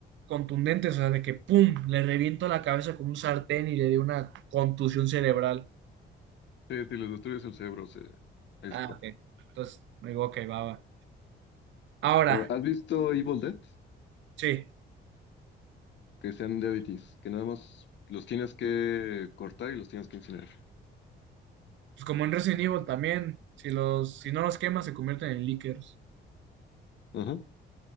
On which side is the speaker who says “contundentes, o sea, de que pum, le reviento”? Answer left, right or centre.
Right